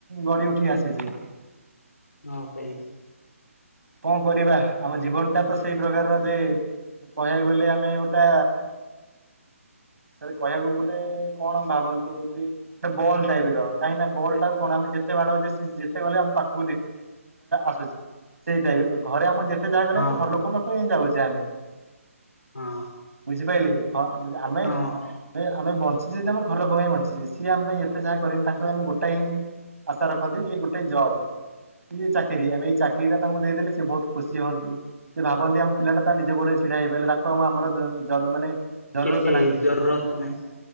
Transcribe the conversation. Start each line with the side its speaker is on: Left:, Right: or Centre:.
Right: ଗଡି ଉଠି ଆସିଛେ।
Left: ହଁ ସେଇ
Right: କଣ କରିବା? ଆମ ଜୀବନ ଟା ତ ସେଇ ପ୍ରକାରର ଯେ କହିବାକୁ ଗଲେ ଆମେ ଗୋଟା ସେଟ କହିବାକୁ ଗୋଟେ କଣ ଭାବନ୍ତୁ, ଗୋଟେ ବଲ୍ ଟାଇପ ର କାହିଁକି ନା ବଲ୍ ଟାକୁ କଣ ଆମେ ଯେତେ ବା ଯେତେ ଗଲେ ଆମ ପାଖକୁ ଆସୁଛି। ସେଇଟାଇପ ଘରେ ଆମ ଯେତେ ଯାହା ଗଲେମ
Left: ହଁ ଭାଇ
Right: ଘର ଲୋକଙ୍କ ପାଖକୁ ଯାଉଛେ ଆମେ
Left: ହଁ
Right: ବୁଝିପାରିଲେ, ଆମେ
Left: ହଁ
Right: ଆମେ ବଞ୍ଚ ଯଦି ଆମ ଘ ଲୋକ ପାଇଁ ବଞ୍ଚିଛେ, ସିଏ ଆମ ପାଇଁ ଏତେ ଯାହା କରିବ ତାଙ୍କ ଆମେ ଗୋଟା ହିଁ ଆଶା ରଖନ୍ତି, ଏଇ ଗୋଟେ ଜବ୍ ଇ ଚାକିରିୀ ଆମେ ଏଇ ଚାକିରି ସେଇଟା ତାଙ୍କୁ ଦେଇଦେଲେ, ସେ ବହୁତ ଖୁସି ହୁଅନ୍ତି ସେ ଭାବନ୍ତି ଆମ ପିଲାଟା ତା ନିଜ ଗୋଡେ ଛିଡା ହେଇବ ତାକୁ ଆ ଆମର ଯ ମାନେ <unintelligible>
Left: କିଛି
Right: ନାହିଁ
Left: ଜରୁୁରତ ନାହିଁ।